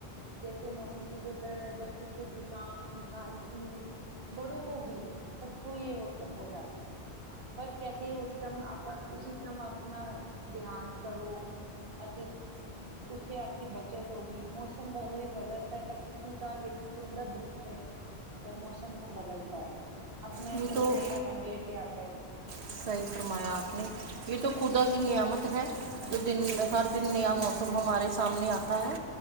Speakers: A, on the right (about 60°); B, on the right (about 85°).
A: جیسے موسم چینج ہوتا ہے بچوں کو زکام کھانسی بڑوں کو بھی سب کو یہ ہوتا ہو جاتا ہے پر کہتے اسٹم اپ اسی تم اپنا دھیان کرو اچھا اس سے آپ کی بچت ہوگی موسم بدل وہی بدلتا ہے پر کسی کا ایک سندر دشیہ ہے جب موسم وہ بدلتا ہے اپنا
B: یہ
A: ایک
B: تو
A: نیا رنگ لے کے آتا ہے
B: صحیح فرمایا آپ نے یہ تو خدا کی نعمت ہے جو دن
A: جی بالکل
B: ہر دن نیا
A: صحیح
B: موسم
A: فرما
B: ہمارے سامنے آتا ہے